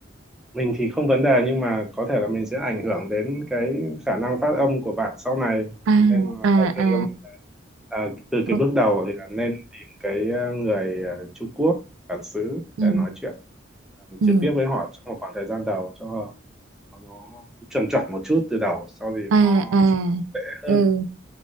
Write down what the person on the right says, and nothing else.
à
à
à
ok
ừ.
Ừ.
à
à
ừ